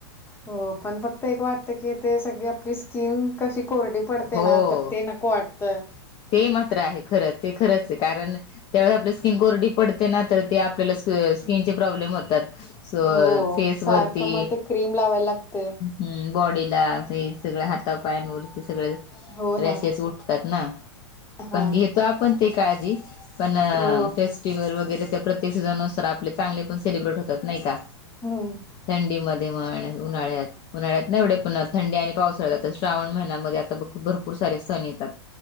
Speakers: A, on the left; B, on the left.
A: हो पण फक्त एक वाटत की, ते सगळी आपली स्किन कशी कोरडी पडते
B: हो
A: ना तर ते नको वाटतं.
B: ते मात्र आहे, खरंच ते खरचे कारण त्यावेळे आपली स्किन कोरडी पडते ना, तर ते आपल्याला स्किनचे प्रॉब्लेम होतात. स
A: हो
B: फेस
A: सारखं
B: वरती.
A: मग ते क्रीम लावायला लागते
B: ह् बॉडीला हे सगळ हातापायांवरती, सगळे
A: हो
B: रॅशेस
A: ना
B: उठतात ना.
A: हा
B: पण घेतो आपण ती काळजी. पण
A: हो
B: फेस्टिवल वगैरे त्या प्रत्येक सीझन नुसार आपले चांगले पण सेलिब्रेट होतात नाही का?
A: हम्म.
B: थंडीमध्ये म्हण, उन्हाळ्यात-उन्हाळ्यात नही एवढे पन थंडी आणि पाउसळ्यात, श्रावण महिन्यामध्ये आता खूप भरपूर सारे सण येतात.